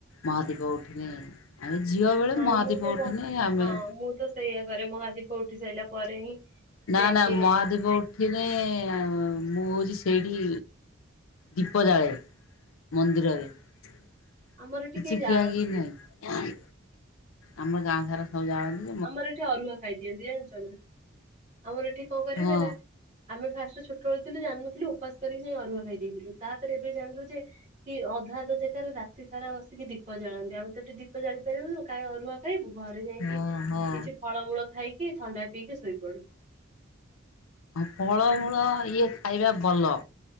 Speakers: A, on the left; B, on the right.
A: ମହାଦୀପ ଉଠିନେ ଆଉ ଝିଅ ବେଳେ
B: ହଁ
A: ମହାଦୀପ
B: ମୁଁ ତ ମ
A: ଉଠିନେ ଆମେ
B: ହଁ ମୁଁ ତ ସେଇଆ କରେ ମହାଦୀପ ଉଠି ସାରିଲା ପରେ ହିଁ
A: ନା
B: ଯାଇକି
A: ନା ମହାଦୀପ ଠିନେ ଏଁ ମୁଁ ହଉଛି ସେଇଟି ଦୀପ ଜାଳେ। ମନ୍ଦିରରେ କିଛି
B: ଆମର ଏଠି କେହି ଜାଳନ୍ତିନି
A: ଖିଆ କି ନାହିଁ? ଆମ ଗାଁ ସାରା ସବୁ ଜାଳନ
B: ଆମର ଏଠି ଅରୁଆ ଖାଇଦିଅନ୍ତି ଜାଣିଛ ନା ଆମର ଏଠି କଣ କରିବେ
A: ହଁ
B: ନା ଆମେ ଫାଷ୍ଟ ଛୋଟବେଳୁଥିଲୁ ଜାଣିନଥିଲୁ ଉପାସ କରିକି ଯାଇ ଅରୁଆ ଖାଇ ଦେଇଥିଲୁ ତାପରେ ଏବେ ଜାଣିଲୁ ଯେ କି ଅଧା ଅଧା ଜାଗାରେ ରାତି ସାରା ବସିକି ଦୀପ ଜାଳନ୍ତି ଆମେ ତ ଠି ଦୀପ ଜାଳି ପାରିବୁନୁ କାହିଁ ଅରୁଆ <unintelligible> ଘରେ ଯାଇକି
A: ହଁ
B: କିଛି
A: ହଁ।
B: ଫଳମୂଳ ଖାଇକି ଥଣ୍ଡା ପିଇକି ଶୋଇପଡି
A: ଫଳମୂଳ ଇଏ ଖାଇବା ଭଲ।